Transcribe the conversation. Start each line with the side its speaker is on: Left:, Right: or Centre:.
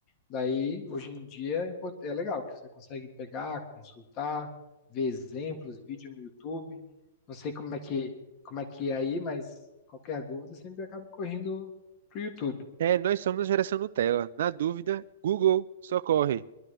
Left: Daí, hoje em dia, é import- é legal que você consegue pegar, consultar, ver exemplos, vídeo no YouTube. Não sei como é que, como é que é aí, mas qualquer dúvida sempre acabo correndo pro YouTube.
Right: É, nós somos a geração Nutella. Na dúvida, Google socorre.